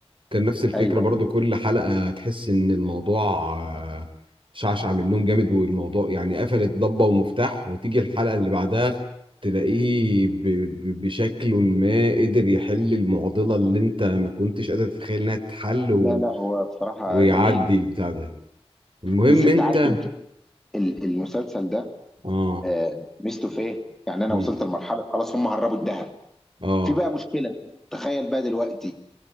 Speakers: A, on the right (about 50°); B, in the centre.
A: كان نفس الفكرة
B: ايوه
A: برضو
B: ايوه
A: كل حلقة تحس ان الموضوع آه، شعشع منهم جامد والموضوع يعني قفلت ضبة ومفتاح وتيجي الحلقة اللي بعدها تلاقيه ب- ب- بشكل ما قدر يحل المعضلة اللي انت ما كنتش قادر تتخيل انها تتحل و...
B: لا لا هو بصراحه
A: ويعدي
B: جميل
A: البتاع ده المهم
B: بس انت
A: انت
B: عارف ال- ال- المسلسل ده
A: اه
B: آه، ميزته في ايه؟ يعني انا
A: مم.
B: وصلت لمرحله خلاص هم هربوا الذهب
A: اه
B: في بقى مشكله تخيل بقى دلوقتي